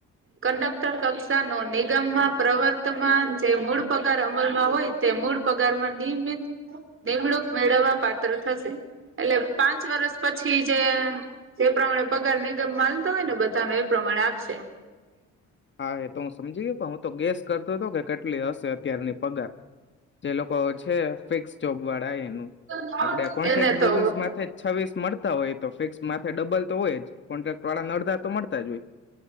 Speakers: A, on the right (about 45°); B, on the left (about 40°).
A: કંડક્ટર કક્ષાનો નિગમમાં પ્રવર્તમાન જે મૂળ પગાર અમલમાં હોય તે મૂળ પગારમાં નિયમિત નિમણૂક મેળવવા પાત્ર થશે એટલે પાંચ વર્ષ પછી જે જે પ્રમાણે પગાર નિગમ માલતો હોય ને બધાનો એ પ્રમાણે આપશે
B: હા એ તો હું સમજી ગયો પણ હું તો ગેસ કરતો હતો કે કેટલી હશે અત્યારની પગાર જે લોકો છે ફિક્સ ચોપવાડા એ
A: હા
B: આપડે કોન્ટ્રાક્ટ
A: એને તો
B: બેસ છવીસ મળ હોય તો ફિક્સ માથે ડબલ તો હોય જ કોન્ટ્રાક્ટ વાળા અડધા તો મળતા જ હોય